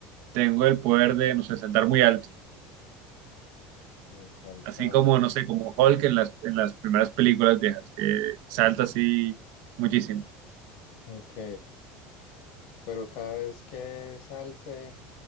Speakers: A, on the right; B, on the left.
A: tengo el poder de, no sé, saltar muy alto.
B: uy, saltar.
A: Así como, no sé, como Hulk en las, en las primeras películas viejas, que salta así muchísimo.
B: Ok, pero cada vez que salte